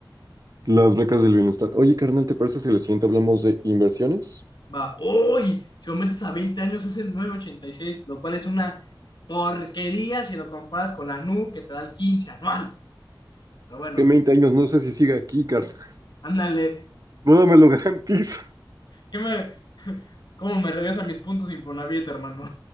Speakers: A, on the right; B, on the left.
A: Las becas del bienestar. Oye, carnal, ¿te parece si la siguiente hablamos de inversiones?
B: Va, uy, si lo metes a 20 años es el nueve punto ochenta y seis lo cual es una porquería si lo comparas con la NU que te da el 15 anual. Pero bueno,
A: Que en 20 años no sé si siga aquí, carnal. <laughs>
B: Ándale,
A: No me lo garantizo.
B: ¿qué me, cómo me regresa mis puntos Infonavit, hermano?